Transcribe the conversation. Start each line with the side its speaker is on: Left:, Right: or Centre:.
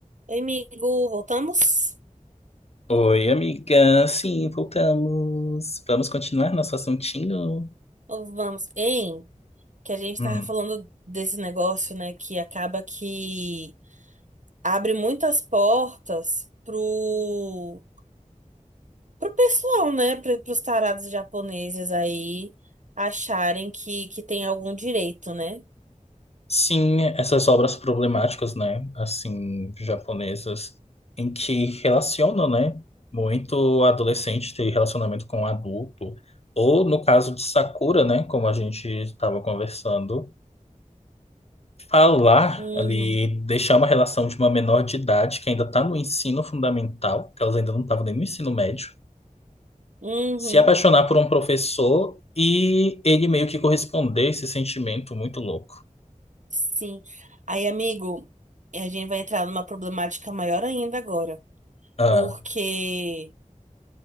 Right: Oi, amigo, voltamos?
Left: Oi, amiga. Sim, voltamos. Vamos continuar nosso assuntinho?
Right: Ou vamos? Hein? Que a gente
Left: Hum,
Right: tava falando desse negócio, né? Que acaba que abre muitas portas pro, pro pessoal, né? Pro, pros tarados japoneses aí acharem que, que tem algum direito, né?
Left: Sim, essas obras problemáticas, né? Assim, japonesas, em que relacionam, né? Muito adolescente ter relacionamento com adulto. Ou, no caso de Sakura, né? Como a gente estava conversando, falar
Right: Uhum,
Left: ali, deixar uma relação de uma menor de idade que ainda está no ensino fundamental, que elas ainda não estavam nem no ensino médio.
Right: uhum,
Left: se apaixonar por um professor e ele meio que corresponder a esse sentimento muito louco.
Right: sim. Aí, amigo, a gente vai entrar numa problemática maior ainda agora.
Left: Ah,
Right: Porque